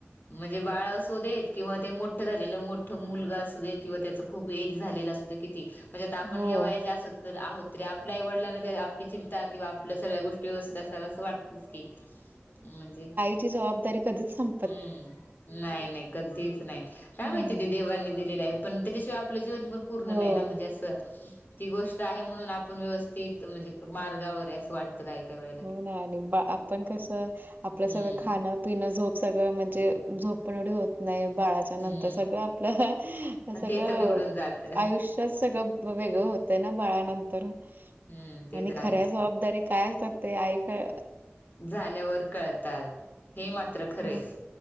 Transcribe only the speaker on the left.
म्हणजे बाळ असू देत किंवा ते मोठं झालेलं मोठं मुलगा असू देत किंवा त्याच. खूप एज झालेलं असतं किती म्हणजे आता आपण
ह्या वया ज असोत. तर आहोत रे आपल्या आईवडलां आपली चिंता किंवा. आपल्या सगळ्या गोष्टी व्यवस्थित असाव असं वाटतच की म्हणजे.
हम्म नाही नाही कधीच नाही काय
माहिती ते देवांनी दिलेलं आहे पण. त्याच्याशिवाय आपलं जीवन पण पूर्ण
नाही ना म्हणजे असं. ती गोष्ट आहे म्हणून आपण व्यवस्थित म्हणजे मार्गावर असं वाटत. काय काय वेळ.
हम्म
हम्म
ते तर बिघडून जात
हम्म ते तर आहेच
की
झाल्यावर कळतात हे मात्र खरे.